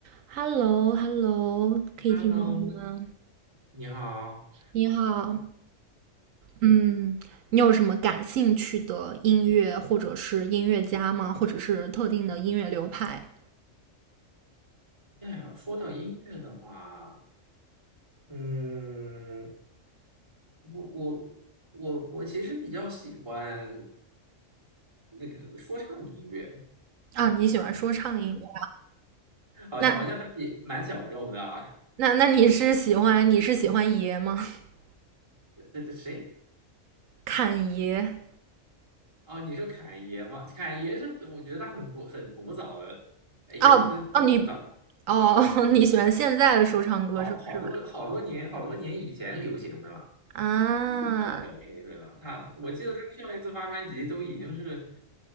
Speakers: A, on the right; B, on the right.
A: h e l l o h e l l o 可以听到吗？
B: Hello，你好。
A: 你好，嗯，你有什么感兴趣的音乐或者是音乐家吗？或者是特定的音乐流派
B: 哎呀，说到音乐的话，嗯，我我我我其实比较喜欢那个说唱音乐，
A: 啊？你喜欢说唱音乐？
B: 好像好像还比蛮小众的啊。
A: 那那那你是喜欢你是喜欢爷吗？<laughs>
B: 这这谁？
A: 侃爷？
B: 哦，你说侃爷吗？侃爷是我觉得他很古很古早的，哎也不能古早，
A: 哦哦，你哦，<laughs> 你喜欢现在的说唱歌手是吧？
B: 好好多好多年好多年以前流行的了。
A: 啊，
B: 你说什么意思啊？他，我记得他上一次发专辑都已经是